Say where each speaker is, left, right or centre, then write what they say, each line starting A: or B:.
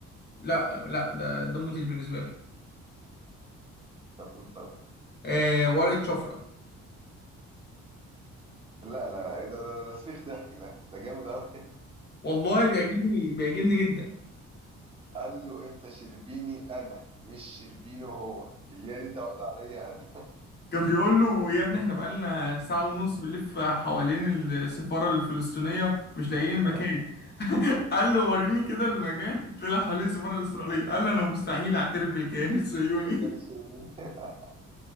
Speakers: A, on the left; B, on the right.
A: لا لا ده ده موديل بالنسبه لي
B: طب قول طيب
A: آه ورقة شفرة
B: لا لا لا إيه ده ده, ده ده صريخ ضحك ده ده جامد أوي
A: والله بيعجبني بيعجبني جدا
B: <laughs> قال له أنت شربيني أنا مش شربينه هو اليا دي تعود عليا أنا
A: كان بيقول له يا ابني احنا بقالنا ساعة ونص بنلف حوالين السفارة الفلسطينية مش لاقيين
B: <laughs>
A: المكان <laughs> قال له وريني كده المكان طلع حوالين السفارة الإسرائيلية قال له أنا مستحيل أعترف بالكيان الصهيوني
B: ده كانوا
A: <laughs>
B: يقولوني <laughs>